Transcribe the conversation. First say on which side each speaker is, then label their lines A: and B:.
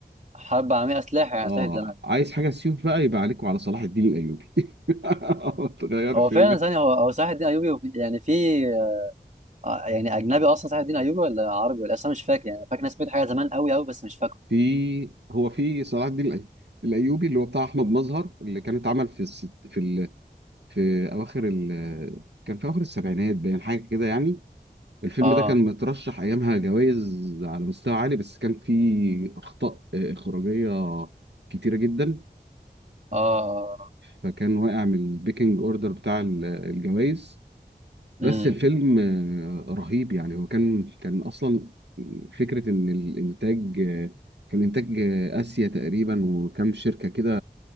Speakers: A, on the right (about 45°); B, on the right (about 85°).
A: حرب عالميه اسلحه يعني
B: اه
A: اسلحه زمان
B: عايز حاجه سيوف بقى يبقى عليكم على صلاح الدين الايوبي <laughs> ما تغيرش
A: هو فعلا
B: لا
A: ثانيه هو هو صلاح الدين ايوبي وفي- يعني في آه، يعني اجنبي اصلا صلاح الدين ايوبي ولا عربي ولا اصلا مش فاكر يعني أنا فاكر ناس سمعت حاجه زمان قوي قوي بس مش فاكره
B: في هو في صلاح الدين الأي- الايوبي اللي هو بتاع احمد مظهر اللي كان اتعمل في الست في ال... في اواخر ال... كان في اواخر السبعينات باين حاجه كده يعني الفيلم
A: اه
B: ده كان مترشح ايامها جوائز على مستوى عالي بس كان فيه اخطاء اخراجيه كتيره جدا
A: اه
B: فكان واقع من البيكنج اوردر بتاع ال- الجوائز
A: امم
B: بس الفيلم آه، رهيب يعني هو كان كان اصلا فكره ان الانتاج آه، كان انتاج آه، اسيا تقريبا وكام شركه كده